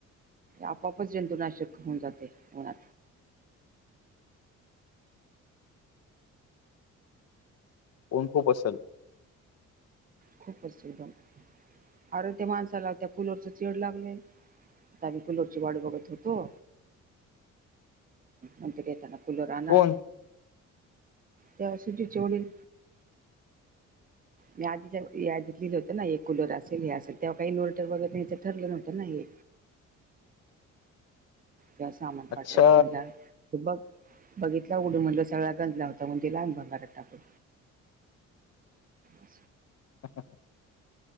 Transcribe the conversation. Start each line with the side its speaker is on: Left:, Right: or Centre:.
Right: आपापच जंतुनाशक होऊन जाते उना
Left: पऊण खूप असल
Right: खूप असशीदम अरे ते माणसाला त्या कूलरच चचेड लागलंय आता आम्ही कूलरची वाड बघत होतो मंतरी येताना कुलो राणार
Left: कोण
Right: तेव्हा सुजीचेवडील मी आधी ज याी लिहिलं होतं ना एक कुलर असेल हे असेल तेव्हा काही इनवर्टर वगैरेचं ठरलं नव्हतं ना हे. त्या सामान
Left: अच्छा
Right: पाठवायचं मला. बघ बघितला उडून म्हटलं सगळ गंजला होता म्हण त लहान भंगालाात टाकून. ब
Left: ह ह ह